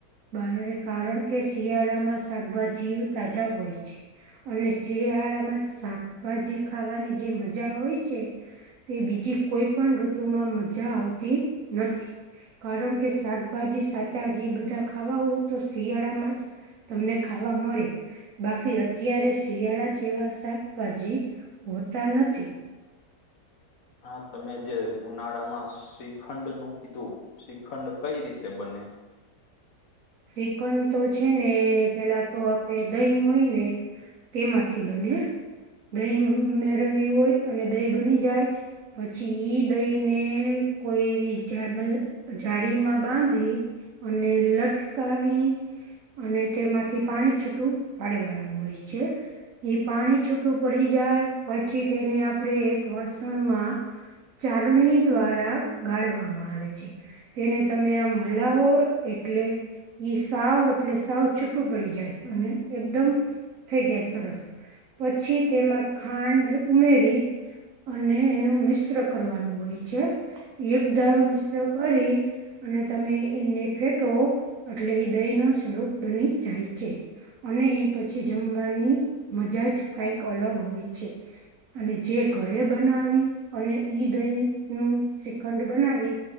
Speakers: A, on the right (about 60°); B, on the left (about 60°).
A: બ કારણ કે શિયાળામાં શાકભાજીઓ તાજા હોય છે અને શિયાળામાં શાકભાજી ખાવાની જે મજા હોય છે તે બીજી કોઈ પણ ઋતુમાં મજા આવતી નથી કારણ કે શાકભાજી સાચા જે બધા ખાવા હોય તો શિયાળામાં જ તમને ખાવા મળે બાકી અત્યારે શિયાળા જેવા શાકભાજી હોતા નથી
B: હા તમે જે ઉનાળામાં શ્રીખંડનું કીધું શ્રીખંડ કઈ રીતે બને
A: શ્રીખંડ તો છે ને પેલા તો આપડે દહીં હોય ને તેમાંથી બને દહીં મેળવ્યું હોય અને દહીં બની જાય પછી ઈ દઈ ને કોઈ એવી જમલ જાડી માં બાંધી અને લટકાવી અને તેમાંથી પાણી છૂટું પાડવાનું હોય છે એ પાણી છૂટું પડી જાય પછી તેને આપણે એક વાસણમાં ચારણી દ્વારા ગાળવામાં આવે છે તેને તમે આ મલાવો એટલે ઈ સાવ એટલે સાવ છૂટું પડી જાય અને એકદમ થઈ જાય સરસ પછી તેમાં ખાંડ ઉમેરી અને એનું મિશ્ર કરવાનું હોય છે એક દારૂ મિશ્ર કરી અને તમે એને ફેટો એટલે એ દહીં નું સ્વરૂપ બની જાય છે અને એ પછી જમવાની મજાજ કઈક અલગ હોય છે અને જે ઘરે બનાવી અને ઈ દહી નું શ્રીખંડ બનાવી